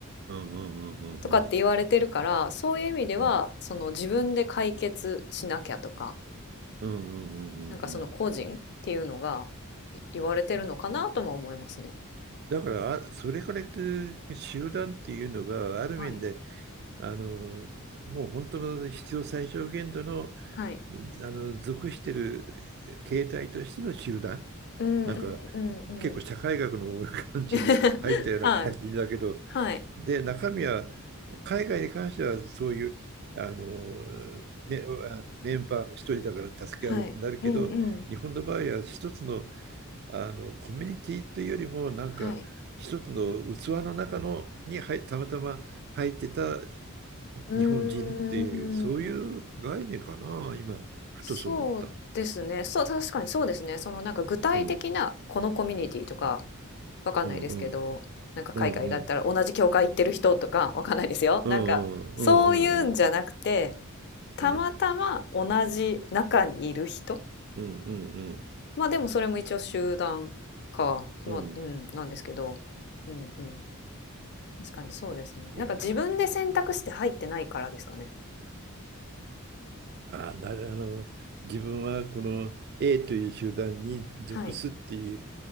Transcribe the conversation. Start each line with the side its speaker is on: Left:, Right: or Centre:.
Right: うんうんうんうん
Left: とかって言われてるから、そういう意味ではその自分で解決しなきゃとか、
Right: うんうんうんうん
Left: なんかその個人っていうのが言われてるのかなとも思いますね。
Right: だからあそれから言って集団っていうのがある面で
Left: はい。
Right: あのもう本当の必要最小限度の
Left: はい。
Right: あの属してる形態としての集団
Left: うんうんうんうん。
Right: なんか結構社会学の感じに入ったような感じだけど、
Left: <laughs> はい。はい。
Right: で、中身は海外に関してはそういうあのメ、あのメンバーの一人だから助け合うってなるけど、
Left: はい。うんうん。
Right: 日本の場合は一つの、あのコミュニティというよりもなんか一つの器の中のに入たまたま入ってた
Left: はい。うーん。
Right: 日本人っていうそういう概念かな、今ふとそう思った。
Left: そうですね。そう、確かにそうですね。そのなんか具体的なこのコミュニティとか
Right: うん
Left: わかんないですけど、
Right: うんうん
Left: なんか海外だったら同じ教会行ってる人とかわかんないですよ。
Right: うんうんうんうんうんうん
Left: なんかそういうんじゃなくて、たまたま同じ中にいる人。
Right: うんうんうんうん
Left: まあでもそれも一応集団か。まあ、
Right: うん
Left: うん、なんですけど。うんうん。確かにそうですね。
Right: いや、
Left: なんか自分で選択して入ってないからですかね。
Right: あなる、あの、自分はこの A という集団に属すっていう
Left: はい。